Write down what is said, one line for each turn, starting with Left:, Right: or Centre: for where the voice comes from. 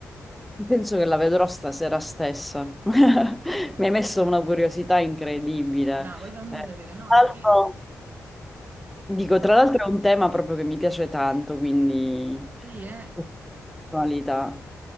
Centre: Penso che la vedrò stasera stessa. <laughs> Mi hai messo una curiosità incredibile.
Right: Bravo, e fammi
Centre: Eh,
Right: sapere, no,
Centre: tra
Right: perché...
Centre: l'altro- dico, tra l'altro è un tema proprio che mi piace tanto, quindi
Right: Sì, eh.
Centre: questa personalità.